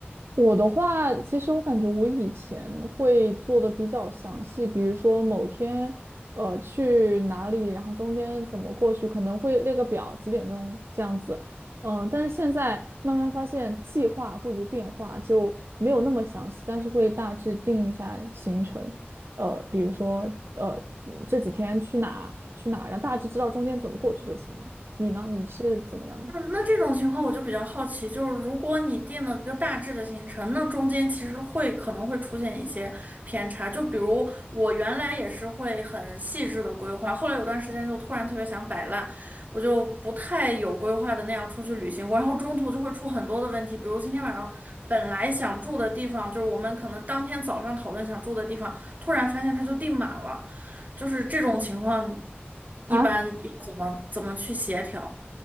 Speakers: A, on the right (about 65°); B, on the right (about 40°).
A: 我的话，其实我感觉我以前会做的比较详细，比如说某天，呃，去哪里，然后中间怎么过去，可能会列个表，几点钟这样子。嗯、但是现在慢慢发现计划不如变化，就没有那么详细，但是会大致定一下行程。呃，比如说，呃，这几天去哪去哪，然后大致知道中间怎么过去就行了。你呢？你是怎么样的？
B: 嗯，那这种情况我就比较好奇，就是如果你定了一个大致的行程，那中间其实会可能会出现一些偏差。就比如我原来也是会很细致的规划，后来有段时间就突然特别想摆烂，我就不太有规划的那样出去旅行过，然后中途就会出很多的问题，比如今天晚上本来想住的地方，就是我们可能当天早上讨论想住的地方，突然发现它就订满了，就是这种情况，一般怎么怎么去协调？
A: 啊，